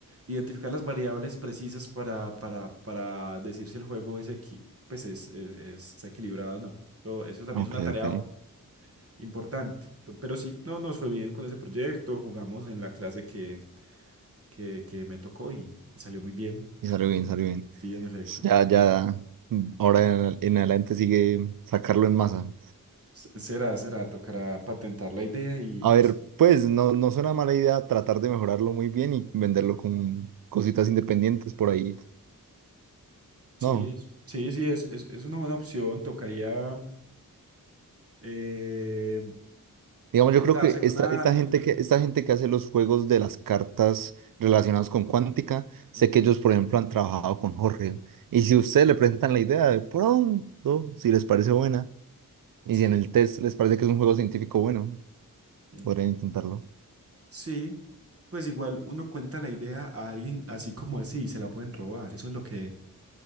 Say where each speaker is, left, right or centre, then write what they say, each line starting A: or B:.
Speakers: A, on the right; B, on the right.
A: identificar las variables precisas para, para, para decir si el juego es, equi- pues es, es- es- está equilibrado o no. Eso, eso también
B: ok,
A: es una tarea
B: ok.
A: importante, P- pero sí, no nos fue bien con ese proyecto, jugamos en la clase que, que, que me tocó y, y salió muy bien,
B: Y salió bien, salió bien.
A: sí, en efecto.
B: Ya, ya, mm, ahora en, en adelante sigue sacarlo en masa.
A: S- Será, será, tocará patentar la idea y...
B: A ver, pues no, no suena mala idea tratar de mejorarlo muy bien y venderlo con cositas independientes por ahí.
A: Sí,
B: No.
A: es, sí, sí, es, es, es una buena opción. Tocaría eh,
B: Digamos, yo
A: sentarse
B: creo que
A: con
B: esta,
A: alguien,
B: esta gente
A: tener...
B: que,
A: con-
B: esta gente que hace los juegos de las cartas relacionadas con cuántica, sé
A: Ujú,
B: que ellos, por ejemplo, han trabajado con Jorge. Y si ustedes le presentan la idea de pronto, si les parece buena, y
A: Sí.
B: si en el test les parece que es un juego científico bueno,
A: mm.
B: podrían intentarlo.
A: Sí, pues igual uno cuenta la idea a alguien así como así y se la pueden robar. Eso es lo que,